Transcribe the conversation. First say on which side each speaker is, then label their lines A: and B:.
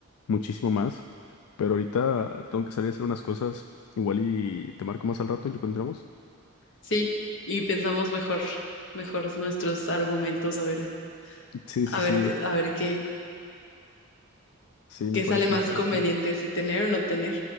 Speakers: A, on the left; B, on the left.
A: muchísimo más. Pero ahorita tengo que salir a hacer unas cosas. Igual y te marco más al rato y lo encontramos.
B: Sí, y pensamos mejor, mejor nuestros argumentos, a ver,
A: Sí,
B: a
A: sí, sí.
B: ver, a ver qué,
A: Sí, me
B: qué
A: parece,
B: sale más
A: me parece.
B: conveniente, si tener o no tener.